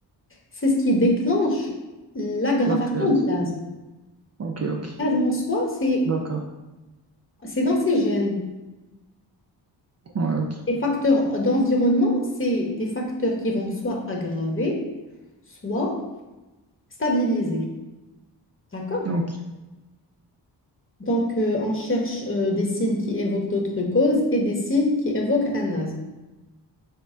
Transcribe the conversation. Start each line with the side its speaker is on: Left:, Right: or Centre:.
Left: C'est ce qui déclenche l'aggravation
Right: la crise?
Left: de l'asthme.
Right: Ok, ok,
Left: L'asthme en soi, c'est
Right: d'accord.
Left: c'est dans ses gènes.
Right: Ouais, ok,
Left: Les facteurs d'environnement, c'est des facteurs qui vont soit aggraver, soit stabiliser. D'accord?
Right: donc
Left: Donc, euh, on cherche euh, des signes qui évoquent d'autres causes et des signes qui évoquent un asthme.